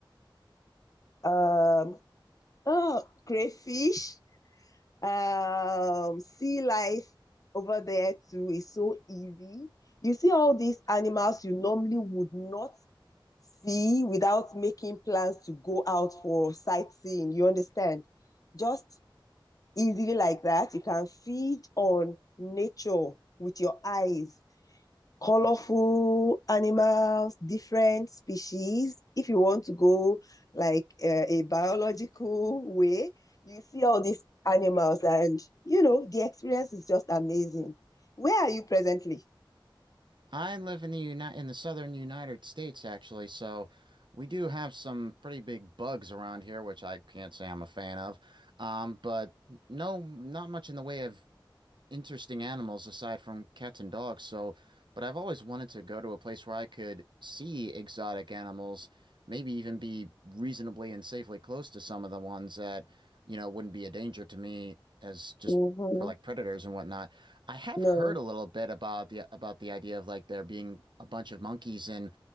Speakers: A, on the left; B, on the right.
A: um, oh, crayfish, um, sea life over there too is so easy. You see all these animals you normally would not see without making plans to go out for sightseeing. You understand? Just easily like that, you can feed on nature with your eyes colorful animals, different species. If you want to go like uh, a biological way, you see all these animals, and you know, the experience is just amazing. Where are you presently?
B: I live in the United in the southern United States actually, so we do have some pretty big bugs around here, which I can't say I'm a fan of. Um, but no, not much in the way of interesting animals aside from cats and dogs. So, but I've always wanted to go to a place where I could see exotic animals, maybe even be reasonably and safely close to some of the ones that, you know, wouldn't be a danger to me as just
A: Mm-hmm.
B: for like predators and whatnot. I have
A: No.
B: heard a little bit about the about the idea of like there being a bunch of monkeys in